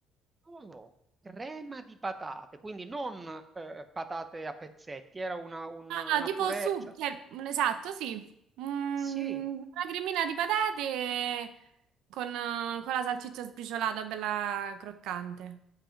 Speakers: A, on the right; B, on the right.
A: Oh, crema di patate, quindi non, ehm, patate a pezzetti, era una un
B: Ah,
A: una
B: no, tipo
A: purée,
B: su,
A: cioè
B: cioè, mm, esatto, sì. Mm,
A: sì,
B: una cremina di patate con, eh, con la salsiccia sbriciolata, bella croccante.